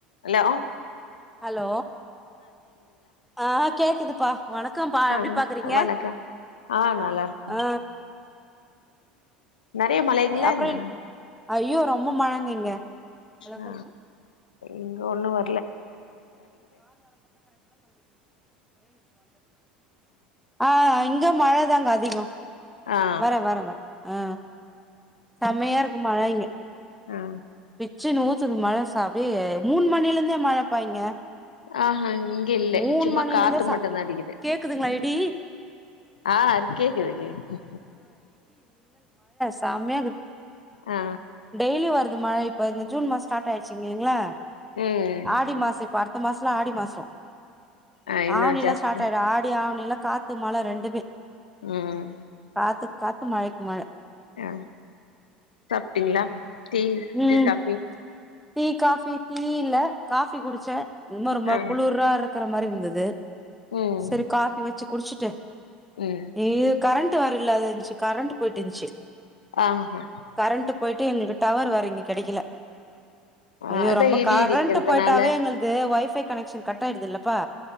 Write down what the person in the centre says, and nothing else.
hello ஆ கேக்குதுப்பா வணக்கம்ப்பா
‌எப்டிபா ‌இக்குறீங்க
அ
அப்றோ
என் ஐயோ ரொம்ப மழங்க இங்க ஹலோ
சொல்லுங்க
ஆ இ ங்க மழதாங்க அதிகோ
வரே வர வர ஆ செம்மையா இருக்கு மழை இங்க
பிச்சுனு ஊத்துது மழ ச அப்டியே மூன் மணிலந்தே மழ பா இங்க
மூணு
மணில
இருந்தே ச
கேக்குதுங்களா இடி
சம்மயாகுது
டெய்லி வரு து மழ இப்ப இந்த ஜூன் மாஸ் ஸ்டாட் ஆயிருச்சு இங்கிங்ளா
ஆடி மாசொ இப்ப அடு த்த மாஸ்லா ஆடி மாசோ
ஆவணி எல்லா
ஸ்டாட் ஆயிடு ஆடி ஆவணி ல்லா காத்து மழ ரெண்டுமே
காத்துக் காத்து மழைக் மழை
ம்
டீ காஃபி டீ இல்ல காஃபி குடிச்சே இன்மே ரொம்ப
குளுராரு க்கற மாரி இருந்துது
செரி காஃபி வெச்சு குடிச்சுட்டு
இ கர ண்ட்டு வேர இல்லாதஞ்சு கரண்ட்டு போயிட்டிஞ்ச்சு
கரண்ட்டு போய்ட்டு எங்க கி டவர் வேற இங்க கெடைக்கில
ஐயோ
ரொம்ப
கரண்ட்டு
போய்ட்டாவே எங்கள்து ஒய்ஃபை கனெக்ஷன் கட் ஆயிடுது இல்லப்பா